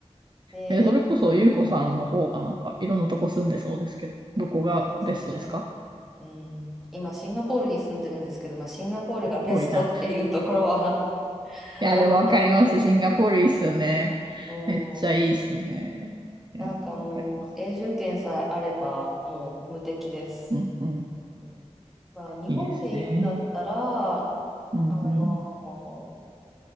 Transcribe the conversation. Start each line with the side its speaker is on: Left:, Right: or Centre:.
Centre: で、
Right: えー、それこそ、ゆうこさんの方がなんか、いろんなとこ住んでそうですけど、どこがベストですか
Centre: そうですね。うん、今、シンガポールに住んでるんですけど、まあ、シンガポールがベストっていうところは
Right: 遠いな。
Centre: <laughs>
Right: いや、
Centre: 置いといて、
Right: でもわかります。シンガポールいいっすよね。
Centre: うん、
Right: めっちゃいいっすよね。いやー、
Centre: なんかもう、
Right: わかりますよ。
Centre: 永住権さえあれば、もう無敵です。
Right: うんうん。
Centre: うんまあ、日本で言うんだったら、
Right: いいですね。
Centre: あ
Right: うんうん。
Centre: の、